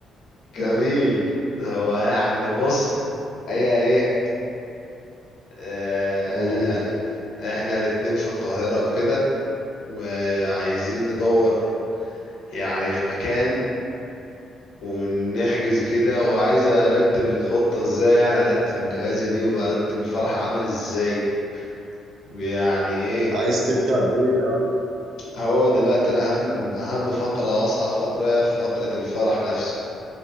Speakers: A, on the left (about 70°); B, on the right (about 70°).
A: جميل ده هو يعني بص هي ايه آه
B: أوه.
A: احنا الاتنين في القاهره وكده وعايزين ندور يعني في مكان ونحجز كده وعايز ارتب الخطه ازاي يعني ارتب الجوازه دي وارتب الفرح عامل ازاي يعني ايه
B: عايز تبدأ بإيه
A: هو دلوقتي انا اهم اهم فقره اصعب فقره هي فقره الفرح نفسه